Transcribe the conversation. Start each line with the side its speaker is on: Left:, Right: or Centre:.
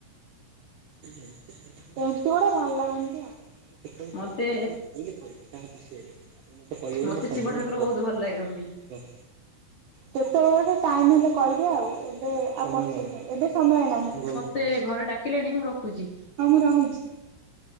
Right: ଏମିତି ଗୋଟେ ଭଲ ଲାଗନ୍ତି ଆଉ। ସେ ସବୁ
Left: ମତେ
Right: କଣ କେତେବେଳେ କହିଲେ କହିବି ତାଙ୍କ ବିଷୟ ରେ। ଏବେ କହି ହବନି
Left: ମତେ
Right: ମୋର ସମୟ
Left: ଶିବ
Right: ନାହିଁ
Left: ଠାକୁର
Right: କୁହ।
Left: ବହୁତ ଭଲ ଲାଗନ୍ତି।
Right: କେତେବେଳେ ଗୋଟେ ଟାଇମ ହେଲେ କହିବେ ଆଉ ଏବେ ଆ ପଛ ରେ କହିବି ଏବେ ସମୟ ନାହିଁ।
Left: ସେ ଘରେ ଡା କିଲେଣି ମୁଁ ରଖୁଚି?
Right: ହଁ ମୁଁ ରହୁଛି।